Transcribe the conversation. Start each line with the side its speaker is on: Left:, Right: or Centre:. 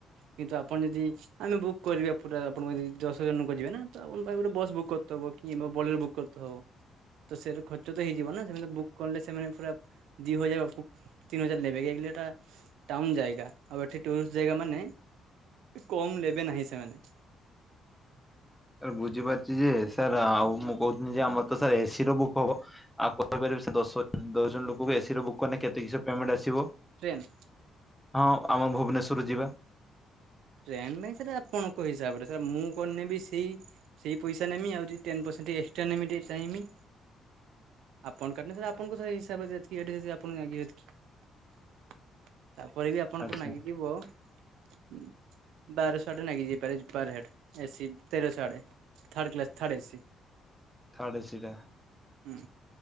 Right: କିନ୍ତୁ ଆପଣ ଯଦି ଆମେ ବୁକ୍ କରିବା ପୁରା ଆପଣଙ୍କ ଯଦି ଦଶଜଣ ଯିବେ ନା ତ ଆପଣଙ୍କ ପାଇଁ ଗୋଟେ ବସ୍ ବୁକ୍ କରିଦବ କି ବୋଲୋର ବୁକ୍ କରିତେ ହବ। ତ ସେରେ ଖର୍ଚ୍ଚ ତ ହେଇଯିବ ନା ସେମାନେ ବୁକ୍ କଲେ ସେମାନେ ପୁରା ଦି ହଜାର ଅପକୁ ତିନି ହଜାର ନେବେ ଇଏଟା ଟାଉନ ଯାଏଗା ଆଉ ଏଠି ଟୁରିଷ୍ଟ ଯାଗା ମାନେ କମ୍ ନେବେନାହିଁ ସେମାନେ।
Centre: ଏ ବୁଝିପାରୁଛି ଯେ ସାର୍ ଆଉ ମୁଁ କୋହୁଥିଲି ଯେଁ ଆମର ତ ସାର୍ ଏସିର ବୁକ୍ ହବ ଆଉ କହିପାରି ଦଶ ଦଶ ଜଣ ଲୋକଙ୍କୁ ଏସିରେ ବୁକ୍ କଲେ କେତେକି ସେ ପେମେଣ୍ଟ ଆସିବ?
Right: ଟ୍ରେନ୍।
Centre: ହଁ ଆମ ଭୁବନେଶ୍ଵରରୁ ଯିବା।
Right: ଟ୍ରେନରେ ସାର୍ ଆପଣଙ୍କ ହିସାବରେ ସାର ମୁଁ କଣ ନେବି ସେଇ ସେଇ ପଇସା ନେମୀ ଆଉ ଟେନ ପର୍ସେନ୍ ସେନ୍ତି ଏକ୍ସଟ୍ରା ନେମୀଟି ଚାଇମି। ଆପଣ କାଟିଲେ ସାର ଆପଣଙ୍କ ସାର ହିସାବ ଯେତ୍କି ଏଡେଜୋରସେ ଆପଣ <unintelligible> ତାପରେ ବି ଆପଣଙ୍କୁ
Centre: ଆଚ୍ଛା
Right: ନାଗିଯିବ ୟୁମ ବାରଶହ ଆଡେ ନାଗି ଯାଇପାରେ ପର ହେଡ ଏସି ତେରଶହ ଆଡେ third class third A C
Centre: third A C ଟା
Right: ହୁଁ।